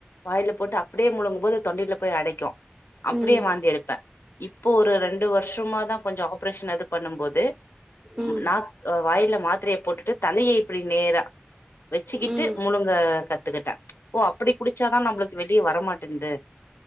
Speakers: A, on the left; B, on the right.
A: வாயில போட்டு அப்டியே முழங்கு போது தொண்டையில போய் அடைக்கு அப்டியே
B: ம்
A: வாந்தி எடுப்பே இப்போ ஒரு ரெண்டு வருஷமாதா கொஞ்சோ ஆப்ரேஷன் அது பண்ணு போது
B: ம்
A: நா வாயில மாத்திரய போட்டுட்டு தலைய இப்படி நேரா வச்சுக்கிட்டு
B: ம்
A: முழுங் கத்துக்கிட்டே ஓ அப்டி குடிச்சாதா நம்மளுக்கு வெளியே வரமாட்டேங்குது